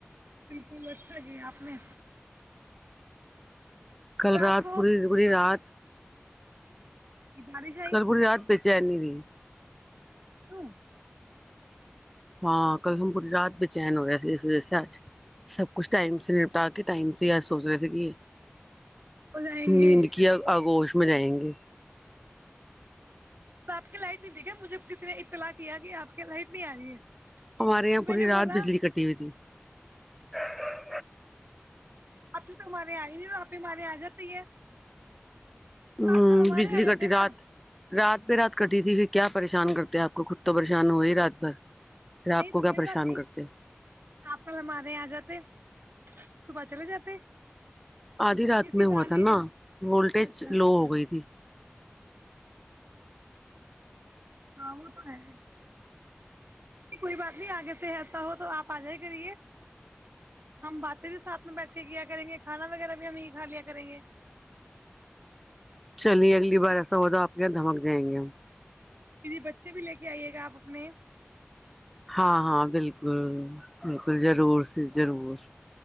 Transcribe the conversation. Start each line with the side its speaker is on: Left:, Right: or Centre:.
Right: بالکل اچھا کیا آپ نے
Centre: کل
Right: تو
Centre: رات
Right: آپ کو
Centre: پوری پوری رات
Right: بارش
Centre: کربووریاات
Right: آئی
Centre: پچ <unintelligible> جنوری <unintelligible>
Right: ہ <unintelligible>
Centre: ہاں کل ہم پوری رات بے چین ہو رہے اس وجہ سے آج سب کچھ ٹائم سے نپٹا کے ٹائم سے س سوچ رہے تھے کہ یہ
Right: ہو جائیں
Centre: نیند
Right: گے
Centre: کی آگوش میں جائیں گے
Right: تو آپ کی لائٹ نہیں د گیا مجھے کسی نے اطلاع کیا کہ آپ کی لائٹ نہیں آ رہی ہے
Centre: ہمارے یہاں
Right: تو
Centre: پوری
Right: میں نے
Centre: رات
Right: بولا
Centre: بجلی کٹی ہوئی تھی ہ <unintelligible>
Right: آپ ہی تو ہمارے آ ہی نہیں ہو آپ ہی ہمارے آ جاتے ہے تو
Centre: ہوں
Right: آپ کل ہمارے
Centre: بجلی
Right: یہاں آ جاتے
Centre: کٹی
Right: نا
Centre: رات رات پہ رات کرتی تھی پھر کیا پریشان کرتے آپ کو خود تو پریشان ہوئے ہی رات بھر پھر آپ
Right: نہیں
Centre: کو
Right: تو
Centre: کیا
Right: کوئی
Centre: پریشان
Right: بات نہیں
Centre: کرتے
Right: آپ کل ہمارے یہ آ جاتے صبح چلے جاتے
Centre: آدھی رات
Right: اسی
Centre: میں
Right: بہانے
Centre: ہوا تھا نا
Right: ہم
Centre: وولٹیج
Right: اچھا اچھا
Centre: لو ہو گئی تھی
Right: ہ وہ تو ہے نہیں کوئی بات نہیں آگے سے ایسا ہو تو آپ آ جائی کریے ہم باتیں بھی ساتھ میں بیٹھ کے کیا کریں گے کھانا وغیرہ بھی ہم یہ کھا لیا کریں گے
Centre: چلیے اگلی بار ایسا ہوا آپ کے یہاں دھمک جائیں گے ہم
Right: مے بچے بھی لے کے آئیے گا آپ اپنے
Centre: ہاں ہاں بالکل بالکل جضرور س جضرور